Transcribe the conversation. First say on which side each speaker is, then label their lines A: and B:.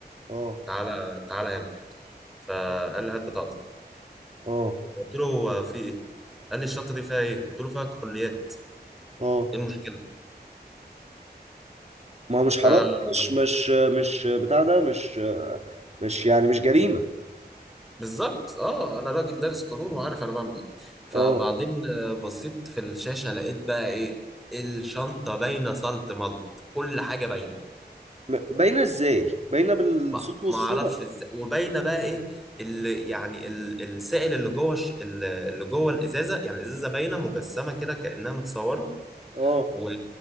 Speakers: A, on the right; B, in the centre.
A: اه
B: تعالى تعالى هنا فقال لي هات بطاقتك
A: اه
B: قلت له هو في ايه قال لي الشنطة دي فيها ايه قلت له فيها كحوليات
A: اه
B: ايه
A: ما هو مش حرام
B: المشكلة
A: مش مش مش بتاع ده مش مش يعني مش جريمة
B: بالظبط اه انا راجل دارس قانون وعارف انا بعمل ايه فبعدين
A: اه
B: آه، بصيت في الشاشه لقيت بقى ايه الشنطه باينه صلت ملط كل حاجه باينه
A: م- باينه ازاي باينه بالصوت
B: ما
A: والصوره
B: ما اعرفش ازاي وباينه بقى ايه اللي يعني ال- السائل اللي جوه الش- ال- اللي جوه الازازه يعني الازازه باينه مجسمه كده كانها متصوره
A: اه
B: و-